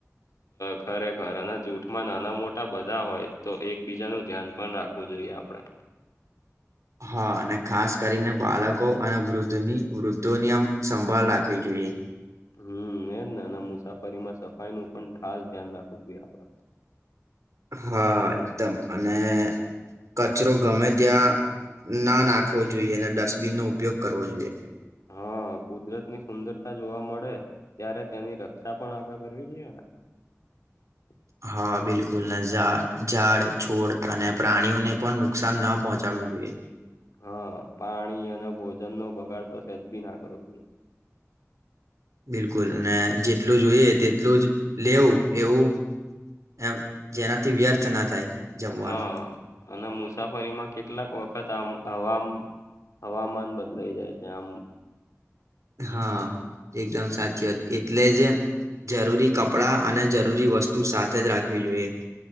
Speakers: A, on the left (about 80°); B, on the right (about 70°).
A: ખરેખર અને જૂઠમાં નાના મોટા બધા હોય તો એકબીજાનું ધ્યાન પણ રાખવું જોઈએ આપડે.
B: હા અને ખાસ કરીને બાળકો અને વૃદ્ધની વૃદ્ધોની આમ સંભાળ રાખવી જોઈએ.
A: હમ્મ એજ ને એ મુસાફરી માં સફાઈ નું પણ ખાસ ધ્યાન રાખવું જોઈએ આપડે.
B: હા એકદમ અને કચરો ગમે ત્યાં ના નાખવો જોઈએ, અને ડસ્ટબિન નો ઉપયોગ કરવો જોઈએ.
A: હા કુદરત ની સુંદરતા જોવા મળે, ત્યારે તેની રક્ષા પણ આપડે કરવી જોઈએ ને <inaudible>
B: હા બિલકુલને ઝાડ, છોડ, અને, પ્રાણીઓને પણ નુકસાન ના પહોંચાડવું જોઈએ.
A: હા પાણી અને ભોજન નો બગાડ તો સેજ બી ના કરો જોઈએ.
B: બિલકુલ અને જેટલું જોઈએ તેટલું જ લેવું એવું... એમ જેનાથી વ્યર્થ ના થાય. જમવાનું
A: હા અને મુસાફરીમાં કેટલાક વખત આમ <unintelligible> હવામાન બદલાઈ જાય <unintelligible> આમ
B: હા એકદમ સાચી વાત એટલે જ... જરૂરી કપડાં અને જરૂરી વસ્તુ સાથે જ રાખવી જોઈએ.